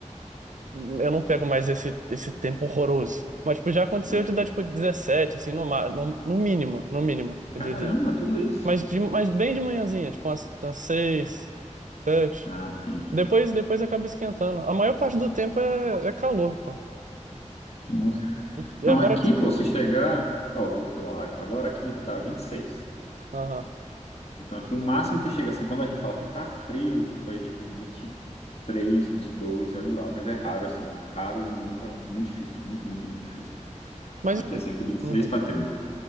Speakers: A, on the right (about 80°); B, on the left (about 55°).
A: eu não pego mais esse, esse tempo horroroso. Mas, tipo, já aconteceu
B: Ah,
A: de
B: entendi.
A: dar, tipo, 17 assim, no, ma- no, no mínimo, no mínimo, eu
B: Caramba,
A: diria.
B: tudo isso.
A: Mas, de, mas
B: Vixe.
A: bem de manhãzinha, tipo, umas, umas 6, 7.
B: Ah, sim.
A: Depois, depois acaba esquentando. A maior parte do tempo é, é calor, pô.
B: Nossa.
A: E, e
B: Não,
A: agora.
B: aqui,
A: tipo,
B: pô, se chegar. Ó, vou falar, agora aqui tá 26.
A: Aham.
B: Então aqui o máximo que chega assim, quando a gente fala que tá frio, foi tipo vinte e três, vinte e dois, olha lá, mas é raro assim, raro nunca, muito difícil, muito, muito, muito difícil.
A: Mas.
B: Aqui é sempre 26
A: uhum.
B: para 30,